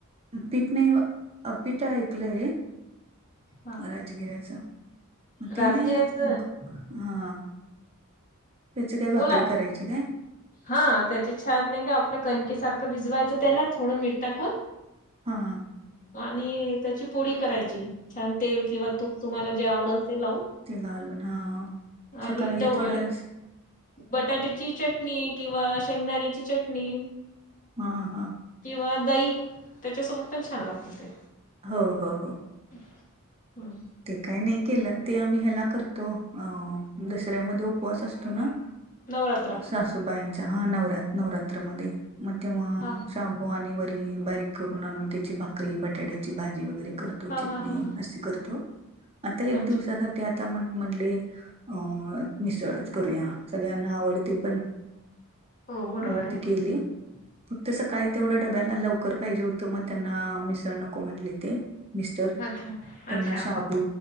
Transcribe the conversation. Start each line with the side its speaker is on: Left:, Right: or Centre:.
Right: पीठ नाही ब, अ पीठ ऐकलय.
Left: हा
Right: राजगिऱ्याचं, मग ते
Left: राजगिऱ्याचं
Right: नाही, हा. त्याची काय भाकरी
Left: बोला
Right: करायची काय?
Left: हा त्याची छान नाही का आपलं कणकीसारखं भिजवायचं त्याला थोडं मीठ टाकून.
Right: हा.
Left: आणि त्याची पोळी करायची, छान तेल किंवा तूप तुम्हाला जे आवडेल ते लावून.
Right: ते घालून हा,
Left: आणि
Right: सकाळी
Left: तेव्हा
Right: थोडास
Left: बटाट्याची चटणी किंवा शेंगदाण्याची चटणी
Right: हा हा.
Left: किंवा दही त्याच्यासोबत पण छान लागतं ते.
Right: हो, हो, हो.
Left: <inaudible> हम्.
Right: ते काही नाही केलं, ते आम्ही ह्याला करतो अ दसऱ्यामध्ये उपवास असतो न.
Left: नवरात्र
Right: सासूबाईंच्या, हा नवर-नवरात्रामध्ये, मग तेव्हा
Left: हा
Right: शांबू आणि वरी बारीक करून आणून त्याची भाकरी, बटाट्याची भाजी वगैरे करतो
Left: हा
Right: चटणी
Left: हा हा हा
Right: असी करतो आता एक
Left: अच्छा
Right: दिवसाचा ते आता म म्हटले अ मिसळच करूया सगळ्यांना आवडते पण.
Left: हो बरोबर
Right: मग
Left: आहे
Right: ते केले. फक्त सकाळी तेवढं डब्याला लवकर पाहिजे होतं मग त्यांना मिसळ नको म्हणटलीत ते मिस्टर
Left: अच्छा
Right: त्यांना
Left: अच्छा
Right: शाबू